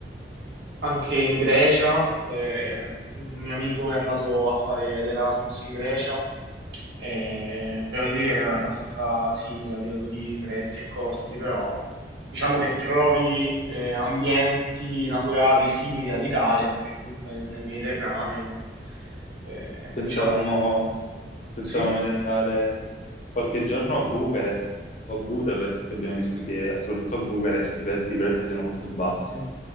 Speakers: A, on the right (about 80°); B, on the left (about 40°).
A: anche in Grecia, eh, un mio amico è andato a fare l'Erasmus in Grecia, e, però lì è abbastanza simile a livello di prezzi e costi, però diciamo che trovi eh, ambienti naturali simili all'Italia, perché comunque nel Mediterraneo, eh,
B: pensavamo,
A: diciamo...
B: pensavamo
A: Sì?
B: di andare qualche giorno a Bucarest o a Budapest, che abbiamo visto che soprattutto a Bucarest i, pe- i prezzi sono molto bassi